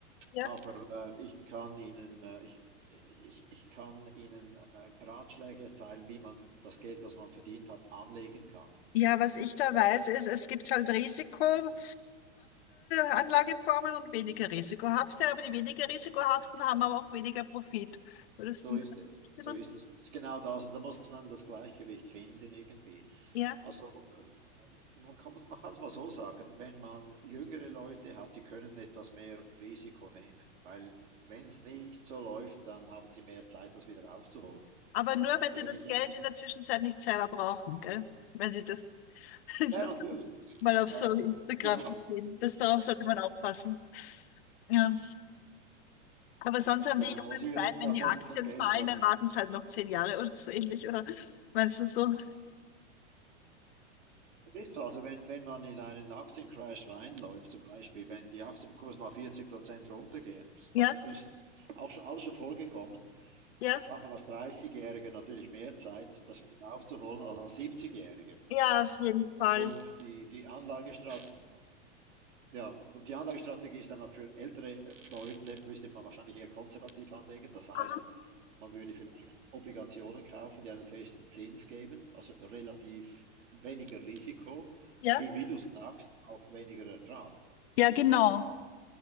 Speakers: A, on the left; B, on the right.
A: ja.
B: Aber äh, ich kann ihnen, äh, ich, ich, ich kann ihnen äh, Ratschläge erteilen, wie man das Geld, das man verdient hat, anlegen kann.
A: Ja, was ich da weiß, ist, es gibt halt risikohafte Anlageformen und weniger risikohafte, aber die weniger risikohaften haben aber auch weniger Profit. Würdest
B: So
A: du
B: ist
A: mir da
B: es.
A: zustimmen?
B: So ist es. Das ist genau das. Und da muss man das Gleichgewicht finden irgendwie.
A: Ja,
B: Also ähm, man kann es man kann es mal so sagen, wenn man jüngere Leute hat, die können etwas mehr Risiko nehmen, weil wenn es nicht so läuft, dann haben sie mehr Zeit, das wieder aufzuholen.
A: aber nur, wenn
B: Aber
A: sie
B: wenn
A: das
B: ich jemanden,
A: Geld in der Zwischenzeit nicht selber brauchen, gell? Wenn sie das, <laughs>
B: ja, natürlich,
A: mal auf
B: äh,
A: so Instagram
B: genau,
A: gesehen. Das, darauf sollte man aufpassen. Ja. Aber sonst haben
B: genau,
A: die Jungen
B: also
A: Zeit,
B: wir reden
A: wenn
B: davon
A: die Aktien
B: von Geld,
A: fallen,
B: das
A: dann warten sie halt noch zehn Jahre oder so ähnlich, oder meinst du so?
B: Ist so, also wenn, wenn man in einen Aktiencrash reinläuft, zum Beispiel, wenn die Aktienkurs mal 40 Prozent runtergehen,
A: Ja,
B: also ist auch schon, alles schon vorgekommen,
A: ja,
B: hat man als 30-Jähriger natürlich mehr Zeit, das wieder aufzuholen als als 70-Jähriger.
A: ja, auf jeden Fall.
B: Und die, die Anlagestrategie, ja, und die Anlagestrategie ist dann auch für ältere Leute, müsste man wahrscheinlich eher konservativ anlegen, das heißt,
A: Aha.
B: man würde vielleicht Obligationen kaufen, die einen festen Zins geben, also relativ weniger Risiko,
A: Ja,
B: aber wie du sagst, auch weniger Ertrag.
A: Ja, genau.